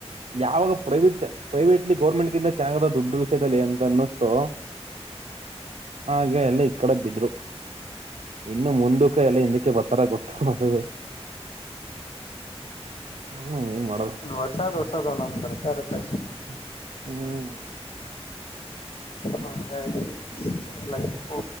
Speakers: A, on the right (about 85°); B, on the left (about 60°).
A: ಯಾವುದು ಪ್ರೈವೇಟ್ ಗೋರ್ಮೆಂಟ್ ಗಿಂತ ಚೆನ್ನಾಗಿದೆ ದುಡ್ಡು ವಿಷಯದಲ್ಲಿ ಅಂತ ಅನಿಸಿತು ಹಾಗೆಲ್ಲ ಈ ಕಡೆ ಬಿದ್ರು ಇನ್ನು ಮುಂದಕ್ಕೆ ಎಲ್ಲರೂ ಹಿಂದಕ್ಕೆ ಬರ್ತಾರೆ ಇಂತ ಗೊತ್ತಿಲ್ಲ ತೊಡಿಸಿದ ಹ್ಮ್ ಏನ್ ಮಾಡೋದು
B: ಹೊಸದು ಹೊಸದು ಒಂದು ಬರ್ತಾ ಇರುತ್ತೆ
A: ಹ್ಮ್
B: ಹಂಗೆ ಆಗಿದೆ ಎಪ್ಪೋ